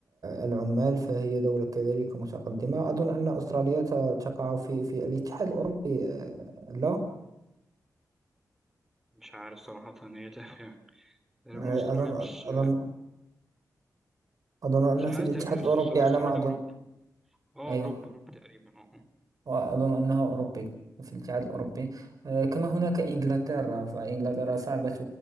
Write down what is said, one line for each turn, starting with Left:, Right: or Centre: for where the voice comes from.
Right: العمال فهي دولة كذلك متقدمة أظن أن أستراليا ت- تقع في في الاتحاد الأوروبي آه، لا
Centre: مش عارف صراحة هي ت- <laughs> تقريبا
Right: آه،
Centre: أستراليا
Right: أظن
Centre: مش
Right: أظن أظن أنها
Centre: مش عارف
Right: في الاتحاد
Centre: تقريبا
Right: الأوروبي
Centre: أست- أست-
Right: على
Centre: أستراليا
Right: ما أظن
Centre: أوروبا أه
Right: أيوه
Centre: أوروبا أوروبا تقريبا أه
Right: وأظن أنه أوروبي في الاتحاد الأوروبي آه، كما هناك إنجلترا فإنجلترا صعبة